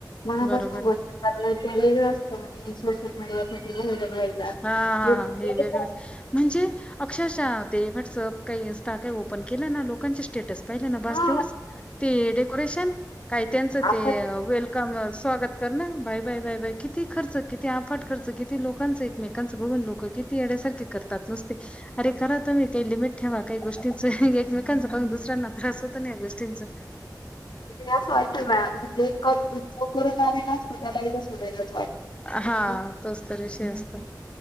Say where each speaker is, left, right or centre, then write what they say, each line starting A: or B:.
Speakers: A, on the left; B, on the left.
A: मनापासून
B: बरोबर आहे.
A: बसात ते वेगळं असतं ना सोशल मीडियावर <unintelligible>
B: हा हा हा हे म्हणजे अक्षरशः ते इन्स्टा व्हाट्सअप ओपन करणाऱ्या लोकांचे स्टेटस पाहिले ना बस
A: हा
B: तेवढंच ते डेकोरेशन काय त्यांचं
A: आपण
B: ते वेलकम स्वागत कर ना बाय बाय बाय बाय किती खर्च किती आफट खर्च किती ते लोकांच एकमेकाच बघून लोक किती येड्यासारखे करतात नुसते अरे करा तुम्ही काही लिमिट ठेवा काही गोष्टींच लोकांचं पाहून दुसऱ्यांना त्रास होतो नाही गोष्टींचा
A: <unintelligible> एकदा सोडायलाच
B: हा
A: वाटत
B: तोच तर विषय असतो